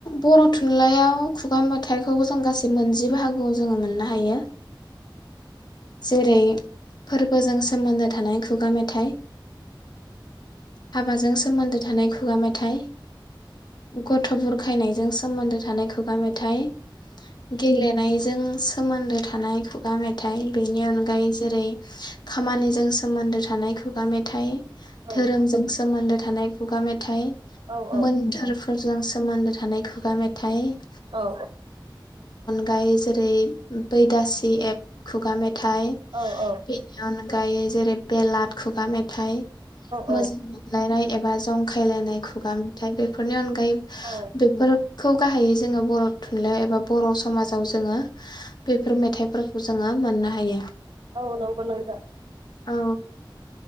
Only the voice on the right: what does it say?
<unintelligible>
औ
औ
औ औ।
औ औ
औ
औ
औ नंगौ नोंथां